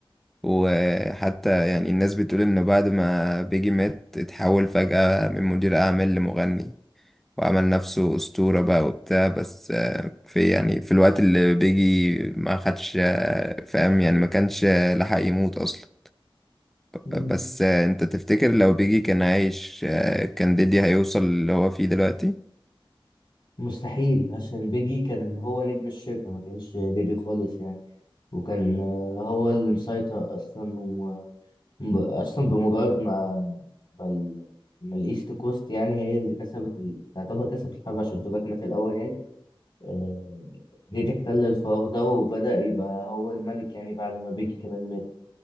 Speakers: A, in the centre; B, on the left.
A: وحتى يعني الناس بتقول إنه بعد ما بيجي مات اتحول فجأة من مدير أعمال لمغني وعمل نفسه أسطورة بقى وبتاع بس آه، في يعني في الوقت اللي بيجي ما خدش آه، فاهم يعني ما كانش آه، لحق يموت أصلا
B: مم.
A: بس آه، أنت تفتكر لو بيجي كان عايش آه، كان ديدي هيوصل اللي هو فيه دلوقتي؟
B: مستحيل عشان بيجي كان هو نجم الشركة ما كانش ديدي خالص يعني وكان آه، هو اللي مسيطر أصلا ب- اصلا بمجرد ما ما, ال... ما الايست كوست يعني هي اللي كسبت ال... تعتبر كسبت الحرب عشان توباك مات الاول يعني آه... جيت احتل الفراغ ده وبدأ يبقى هو الملك يعني بعد ما بيجي كمان مات